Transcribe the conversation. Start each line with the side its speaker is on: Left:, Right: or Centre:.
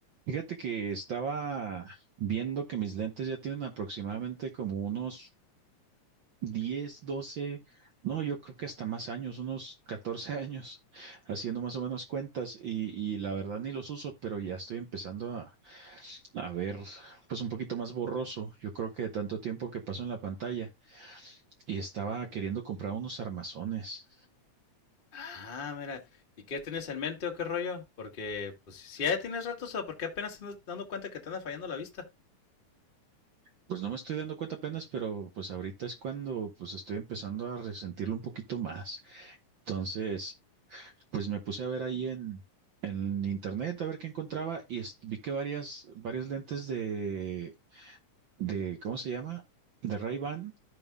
Right: Fíjate que estaba viendo que mis lentes ya tienen aproximadamente como unos 10, 12, no, yo creo que hasta más años, unos 14 años, <laughs> haciendo más o menos cuentas y, y la verdad ni los uso, pero ya estoy empezando a, a ver pues un poquito más borroso, yo creo que de tanto tiempo que paso en la pantalla y estaba queriendo comprar unos armazones.
Left: Ah, mira. ¿Y qué tienes en mente o qué rollo? Porque, pues, si ya tienes ratos o porque apenas te andas dando cuenta que te anda fallando la vista.
Right: Pues no me estoy dando cuenta apenas, pero pues ahorita es cuando pues estoy empezando a resentirlo un poquito más. Entonces, pues me puse a ver ahí en, en internet a ver qué encontraba y es- vi que varias, varias lentes de, de, ¿cómo se llama? De Ray-Ban